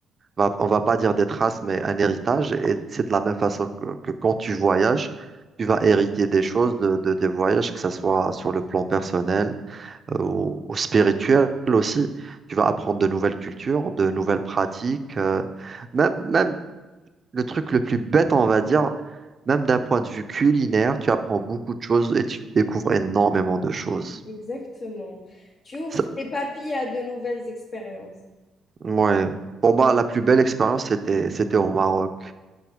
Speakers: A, on the right; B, on the left.
A: va- on va pas dire des traces, mais un héritage. Et c'est de la même façon que, que quand tu voyages, tu vas hériter des choses de, de tes voyages, que ce soit sur le plan personnel, euh, ou, ou spirituel aussi. Tu vas apprendre de nouvelles cultures, de nouvelles pratiques. euh, même, même le truc le plus bête, on va dire, même d'un point de vue culinaire, tu apprends beaucoup de choses et tu découvres énormément de choses.
B: Exactement. Tu ouvres
A: Ça-
B: tes papilles à de nouvelles expériences.
A: ouais. Pour moi, la plus belle expérience, c'était, c'était au Maroc.